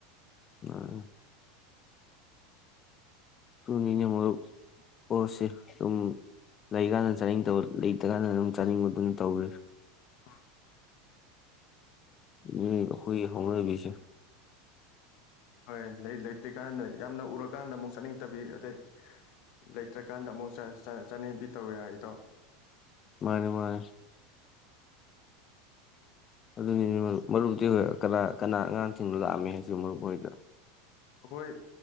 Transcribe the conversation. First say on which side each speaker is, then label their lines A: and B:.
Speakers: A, on the left; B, on the left.
A: ꯎꯝ ꯔꯨꯅꯤꯅ ꯃꯣꯏ ꯄꯣꯠꯁ ꯑꯗꯨꯝ ꯂꯩꯀꯥꯟꯗ ꯆꯥꯅꯤꯡꯗꯕ ꯂꯩꯇꯀꯥꯟꯗ ꯑꯗꯨꯝ ꯆꯥꯅꯤꯡꯕꯗꯨꯅꯤ ꯇꯧꯔꯤ
B: ꯑ
A: ꯎꯝꯈꯣꯏ ꯍꯧꯔꯕꯤꯁ
B: ꯍꯣꯏ ꯂꯩꯇ꯭ꯔꯤꯀꯥꯟꯗ ꯌꯥꯝꯅ ꯎꯔꯀꯥꯟꯗ ꯑꯃꯨꯛ ꯆꯥꯅꯤꯡꯗꯕꯤ ꯑꯗꯩ ꯂꯩꯇ꯭ꯔꯀꯥꯟꯗ ꯑꯃꯨꯛ ꯆꯥꯅꯤꯡꯕꯤ ꯇꯧꯋꯤ ꯍꯥꯏ ꯑꯩꯗꯣ
A: ꯃꯥꯅꯦ ꯃꯥꯅꯦꯦ ꯑꯗꯨꯅꯤ ꯃꯔꯨꯞꯗꯤꯤ ꯍꯣꯏ ꯀꯅꯥ ꯀꯅꯥ ꯑꯉꯥꯡꯁꯤꯡꯅ ꯂꯥꯛꯑꯝꯃꯦ ꯍꯥꯏꯁꯤ ꯃꯔꯨꯞ ꯑꯣꯏꯗꯅ
B: ꯑꯩꯈꯣꯏ